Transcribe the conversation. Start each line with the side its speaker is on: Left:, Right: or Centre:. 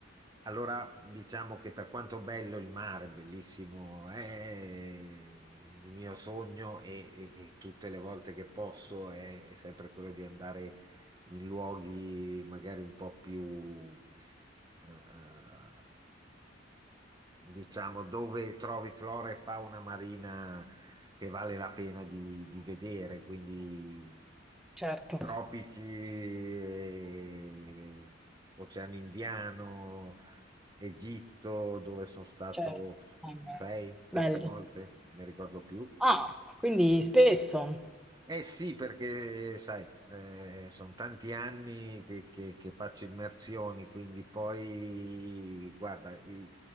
Right: allora diciamo che per quanto bello il mare, bellissimo, è il mio sogno e, e- e tutte le volte che posso è sempre quello di andare in luoghi magari un po' più, eh, eh, diciamo, dove trovi flora e fauna marina che vale la pena di, di vedere, quindi
Centre: Certo,
Right: tropici, eh, Oceano Indiano, Egitto, dove sono stato
Centre: certo. Eh beh,
Right: sei, sette
Centre: bello.
Right: volte, ne ricordo più.
Centre: Ah, quindi spesso.
Right: Eh sì, perché sai, eh, sono tanti anni che, che- che faccio immersioni, quindi poi, guarda, i-